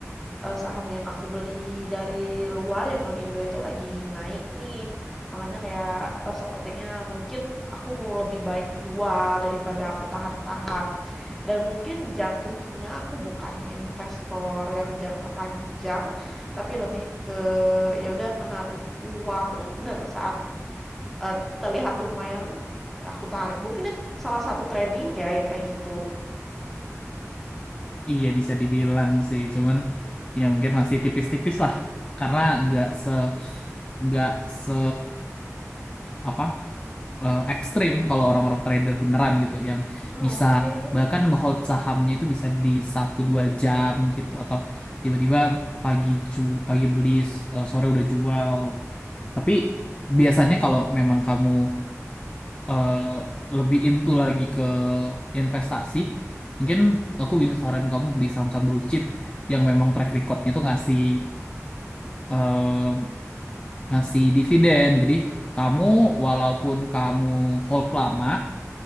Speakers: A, in the centre; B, on the left (about 20°).
A: eee, saham yang aku beli dari luar yang non Indo itu lagi naik nih. Makanya kayak, eee, sepertinya mungkin aku mau lebih baik jual daripada aku tahan-tahan. Dan mungkin jatuhnya aku bukan investor yang jangka panjang, tapi lebih ke ya udah menaruh uang dan saat, eee, terlihat lumayan, aku tarik. Mungkin itu salah satu trading ya yang kayak gitu?
B: Iya bisa dibilang sih, cuman ya mungkin masih tipis-tipis lah karena
A: Mhm.
B: nggak se nggak se apa eh, ekstrim kalau orang-orang trader beneran gitu yang
A: Oh,
B: bisa
A: oke.
B: bahkan ngehold sahamnya itu bisa di satu dua jam gitu atau tiba-tiba pagi ju pagi beli eh, sore udah jual. Tapi biasanya kalau memang kamu eh, lebih into lagi ke investasi, mungkin aku bisa saranin kamu beli saham-saham blue chip yang memang track recordnya tuh ngasih em, ngasih dividen. Jadi kamu walaupun kamu hold lama,